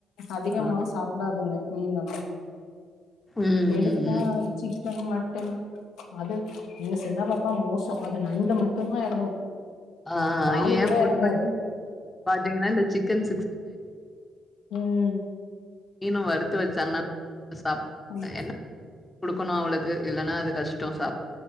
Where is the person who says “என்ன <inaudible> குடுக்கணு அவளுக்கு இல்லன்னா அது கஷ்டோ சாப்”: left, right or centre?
Left